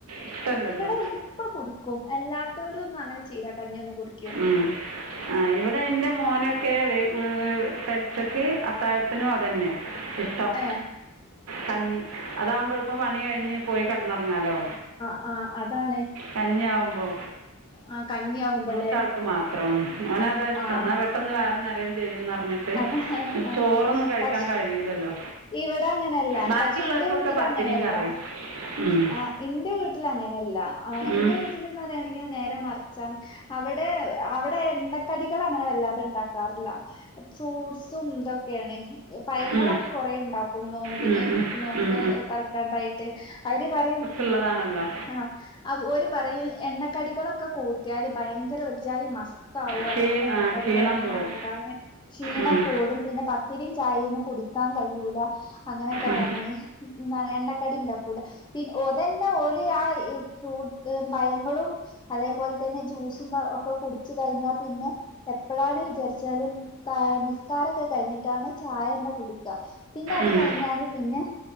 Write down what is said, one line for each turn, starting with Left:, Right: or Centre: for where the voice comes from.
Right: ഇഷ്ടമല്ലല്ലോ
Left: ഇവിടെ ഇപ്പ കുടുക്കും എല്ലാത്തരും ഒന്നും അങ്ങനെ ചെയീല്ലാ കഞ്ഞി ഒന്ന്കൊടു
Right: ഉം ആ ഇവിടെന്റെ മോനൊക്കെ വെ <unintelligible> പെൽച്ചക്ക് അത്താഴത്തിനും അതന്നെയ ഇഷ്ടം.
Left: ഏഹ്
Right: കഞ്ഞി അതാവുമ്പ എളുപ്പ പണി കഴിഞ്ഞ് പോയി കെടന്നൊറങ്ങാലോ.
Left: ആ അതാണേ.
Right: കഞ്ഞിയാവുമ്പോ
Left: ആ കഞ്ഞിയാവുമ്പല്ലേ?
Right: ത്താൾക്ക് മാത്രം ഓനതാ ഇഷ്ടംന്നാ
Left: ആഹ്
Right: വെട്ടന്ന് വയറ് നേറേംഞ്ചേയ്യുന്നറഞ്ഞി-
Left: അത ആഹ്
Right: ചോറൊന്നും കഴിക്കാൻ
Left: പക്ഷെ
Right: കഴിയുലല്ലോ.
Left: ഇവിടെ അങ്ങനെയല്ല
Right: ബാക്കിയുള്ളവർക്കൊക്കെ
Left: പക്ഷെ ഇന്റെ വീട്ടിലങ്ങനെയല്ല
Right: പത്തിരിയും കറിം ഉം.
Left: ആഹ് ഇന്റെ വീട്ടിലങ്ങനെയല്ല ആ
Right: ഉം.
Left: ഇന്റെ വീട്ടില്ന്നറയാണെങ്കി നേരെ മറിച്ചാ അവടെ അവടെ എണ്ണക്കടികളങ്ങനെ വല്ലാതെണ്ടാക്കാറില്ല. ഫ്രൂട്സുംന്തൊക്കെയാണ്. പയങ്ങളക്കെ
Right: ഉം.
Left: കൊറെണ്ടാക്കും നോമ്പിന്
Right: ഉം, ഉം,
Left: നോമ്പ്
Right: ഉം,
Left: <unintelligible> റക്കാനായിട്ട് അവര് പറയും
Right: ള്ളതാണല്ലോ.
Left: ആ അവ് ഓര് പറയും എണ്ണക്കടികളൊക്കെ കൂട്ടിയാല് ഭയങ്കര ഒരുചായി മസ് താവും
Right: ക്ഷീണ
Left: അതൊണ്ട് എണ്ണക്കടികളൊന്നും
Right: ആ, ക്ഷീണം കൂടും
Left: വേണ്ടാന്ന്. ക്ഷീണം
Right: ഉം,
Left: കൂടും പിന്നെ പത്തിരിം ചായൊന്നും കുടിക്കാൻ കഴിയൂല അങ്ങനൊക്കെ
Right: ഉം,
Left: പറഞ്ഞ്. ഉം ന്താണ് എണ്ണക്കടിണ്ടാക്കൂല. പിൻ ഓതന്നെ ഓല് ആ ഈ ഫ്രൂട്ട്സ് പയങ്ങളും അതേപോൽത്തന്നെ ജ്യൂസുംമ്പക്കെ കുടിച്ച് കഴിഞ്ഞാ പിന്നെ എപ്പളാണ് വിചാരിച്ചാല് താ നിസ്കാരക്കെ കഴിഞ്ഞിട്ടാണ് ചായന്നെ കുടിക്ക പിന്നെ അത്
Right: ഉം,
Left: കഴിഞ്ഞാല് പിന്നെ